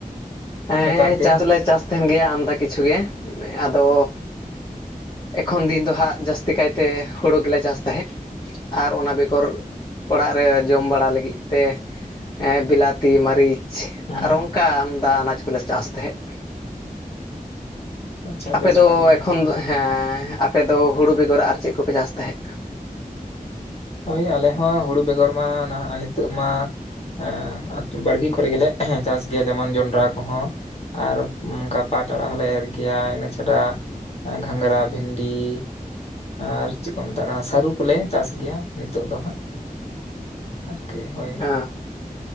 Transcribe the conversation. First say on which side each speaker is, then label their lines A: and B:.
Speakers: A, on the left (about 25°); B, on the left (about 45°).
A: ᱦᱮᱸᱻ
B: ᱱᱮᱛᱟᱨ ᱫᱤᱱ
A: ᱪᱟᱥᱞ ᱞᱮ ᱪᱟᱥ ᱛᱟᱦᱮᱱ ᱜᱮᱭᱟ ᱟᱢᱫᱟ ᱠᱤᱪᱷᱩ ᱜᱮ ᱟᱫᱚ ᱮᱠᱷᱚᱱ ᱫᱤᱱ ᱫᱚ ᱦᱟᱸᱜ ᱡᱟᱹᱥᱛᱤ ᱠᱟᱭᱛᱮ ᱦᱳᱲᱳ ᱜᱮᱞᱮ ᱪᱟᱥ ᱛᱟᱦᱮᱸᱫ ᱟᱨ ᱚᱱᱟ ᱵᱮᱜᱚᱨ ᱚᱲᱟᱜ ᱨᱮ ᱡᱚᱢ ᱵᱟᱲᱟ ᱞᱟᱹᱜᱤᱫ ᱛᱮ ᱵᱞᱟᱛᱤ ᱢᱟᱹᱨᱤᱪ
B: ᱦᱩᱸ
A: ᱟᱨᱚ ᱚᱝ ᱠᱟ ᱟᱢᱫᱟ ᱟᱱᱟᱡᱽ ᱠᱚᱞᱮ ᱪᱟᱥ ᱛᱟᱦᱮᱸᱫ
B: ᱟᱪᱪᱷᱟ
A: ᱟᱯᱮᱫ
B: ᱵᱮᱥ
A: ᱫᱚ
B: ᱵᱷᱟᱜᱤ ᱜᱮᱭᱟ
A: ᱮᱠᱷᱚᱱ
B: ᱛᱟᱦᱚᱞᱮ
A: ᱫᱚ ᱦᱮᱸᱻ ᱟᱯᱮᱫᱚ ᱦᱩᱲᱩ ᱵᱮᱜᱚᱨ ᱟᱨ ᱪᱮᱫ ᱠᱚᱯᱮ ᱪᱟᱥ ᱛᱟᱦᱮᱸᱫ
B: ᱦᱳᱭ ᱟᱞᱮ ᱦᱚᱸ ᱦᱩᱲᱩ ᱵᱮᱜᱚᱨ ᱢᱟ ᱱᱟᱦᱟᱜ ᱱᱤᱛᱚᱜ ᱢᱟ ᱦᱮᱸ, ᱵᱟᱲᱜᱮ ᱠᱚᱨᱮ ᱜᱮᱞᱮ ᱪᱟᱥ ᱜᱮᱭᱟ ᱡᱮᱢᱚᱱ ᱡᱚᱱᱰᱨᱟ ᱠᱚᱦᱚᱸ ᱟᱨ ᱚᱱᱠᱟ ᱯᱟᱴ ᱟᱲᱟᱜ ᱦᱚᱞᱮ ᱮᱨ ᱜᱮᱭᱟ ᱤᱱᱟᱹ ᱪᱷᱟᱰᱟ ᱜᱷᱟᱸᱜᱽᱨᱟ ᱵᱷᱤᱱᱰᱤ ᱟᱨ ᱪᱮᱫ ᱠᱚ ᱢᱮᱛᱟᱜ ᱠᱟᱱᱟ ᱥᱟᱹᱨᱩ ᱠᱚᱞᱮ ᱪᱟᱥ ᱜᱮᱭᱟ᱾ ᱱᱤᱛᱳᱜ ᱫᱚ ᱦᱟᱸᱜ᱾ ᱟᱨᱠᱤ ᱦᱳᱭ,
A: ᱚ